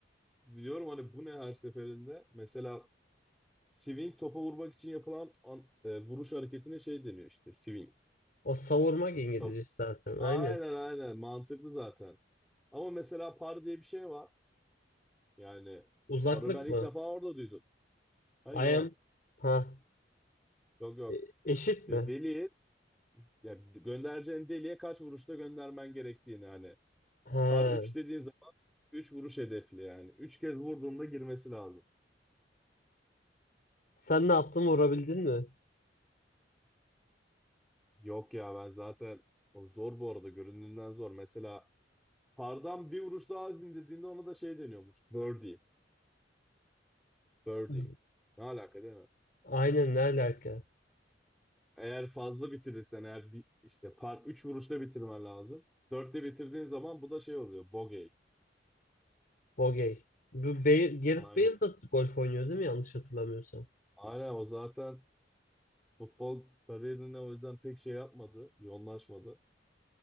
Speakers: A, in the centre; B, on the left.
A: Biliyorum hani bu ne her seferinde. Mesela swing topa vurmak için yapılan an- e, vuruş hareketine şey deniyor işte swing.
B: O savurmak
A: Hani
B: İngilizcesi
A: sal-
B: zaten. Aynen.
A: Aynen aynen mantıklı zaten. Ama mesela par diye bir şey var. Yani
B: Uzaklık
A: parı ben ilk
B: mı?
A: defa orada duydum. Ha
B: I
A: yok.
B: am... Ha.
A: Yok yok.
B: E- eşit
A: İşte
B: mi?
A: deliği yani göndereceğin deliğe kaç vuruşta göndermen gerektiğini hani.
B: He.
A: Par 3 dediğin zaman 3 vuruş hedefli yani. 3 kez vurduğunda girmesi lazım.
B: Sen ne yaptın? Vurabildin mi?
A: Yok ya ben zaten o zor bu arada göründüğünden zor. Mesela pardan bir vuruş daha az indirdiğinde ona da şey deniyormuş. Birdie. Birdie.
B: Hı.
A: Ne alaka değil mi?
B: Aynen ne alaka?
A: Eğer fazla bitirirsen eğer bir, işte par 3 vuruşta bitirmen lazım. 4'te bitirdiğin zaman bu da şey oluyor. Bogey.
B: Bogey. Bu Bale, Gareth
A: Aynen.
B: Bale da golf oynuyor değil mi? Yanlış hatırlamıyorsam.
A: Aynen o zaten futbol kariyerine o yüzden pek şey yapmadı. Yoğunlaşmadı.